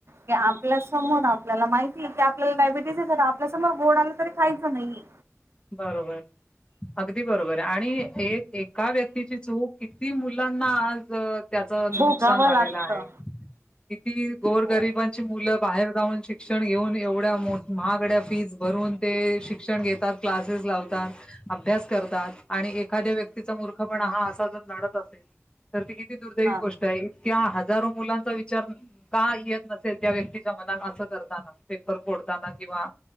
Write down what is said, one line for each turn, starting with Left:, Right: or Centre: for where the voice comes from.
Right: की आपल्यासमोर आपल्याला माहिती आहे की आपल्याला डायबिटीस हे तर आपल्यासमोर गोड आलं तरी खायचं नाही.
Left: बरोबर अगदी बरोबर आणि एक एका व्यक्तीची चूक किती मुलांना आज त्याच नुकसान
Right: भोगावं
Left: झालेलं
Right: लागतं
Left: आहे किती गोरगरिबांची
Right: हो
Left: मुलं बाहेर जाऊन शिक्षण घेऊन एवढ्या मो महागड्या फीज भरून ते शिक्षण घेतात क्लासेस लावतात, अभ्यास करतात, आणि एखाद्या व्यक्तीचा मूर्ख पण हा असा जर नढत असेल तर ती किती दुर्दैवी
Right: हा
Left: गोष्ट आहे. त्या हजारो मुलांचा विचार का येत नसेल त्या व्यक्तीच्या मनात आसं करताना पेपर फोडताना किंवा